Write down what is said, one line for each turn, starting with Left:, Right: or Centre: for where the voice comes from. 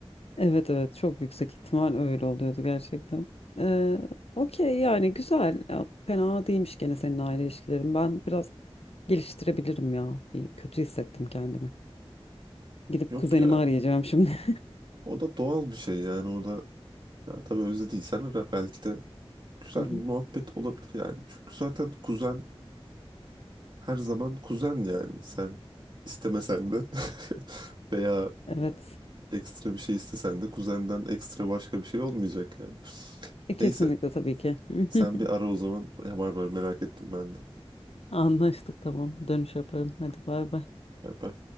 Left: Evet evet çok yüksek ihtimal öyle oluyordu gerçekten. E, okey yani güzel Ya, fena değilmiş gene senin aile ilişkilerin. Ben biraz geliştirebilirim ya. Bir kötü hissettim kendimi. Gidip
Right: Yok
Left: kuzenimi
Right: ya.
Left: arayacağım şimdi. <laughs>
Right: O da doğal bir şey yani o da yani tabii özlediysen ara belki de güzel
Left: Hı hı.
Right: bir muhabbet olabilir yani. Çünkü zaten kuzen her zaman kuzen yani sen istemesen de <laughs> veya
Left: Evet.
Right: Ekstra bir şey istesen de kuzenden ekstra başka bir şey olmayacak yani.
Left: E, kesinlikle
Right: Neyse
Left: tabii ki. <laughs>
Right: sen bir ara o zaman. Var var merak ettim ben de.
Left: Anlaştık tamam. Dönüş yaparım. Hadi bay bay.
Right: Bay bay.